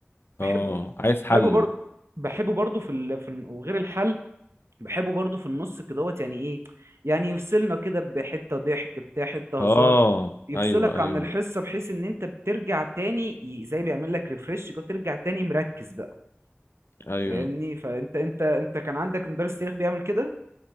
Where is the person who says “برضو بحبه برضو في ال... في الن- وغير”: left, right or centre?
Right